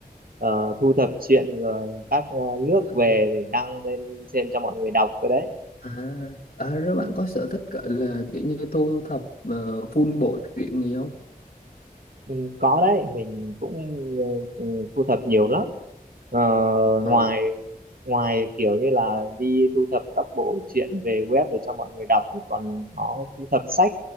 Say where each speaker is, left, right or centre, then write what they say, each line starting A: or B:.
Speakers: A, on the right; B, on the left.
A: ờ, thu thập chuyện ờ, các ờ, nước
B: À,
A: về để đăng lên trên cho mọi người đọc cơ đấy
B: à, à, rồi
A: Ừ.
B: bạn có sở thích gọi là kiểu như thu thập ờ, full bộ truyện gì không?
A: Ừ, có đấy mình cũng ừ, ừ, thu thập nhiều lắm ờ,
B: Ờ.
A: ngoài ngoài kiểu như là đi thu thập các bộ truyện về web để cho mọi người đọc thì còn có thu thập sách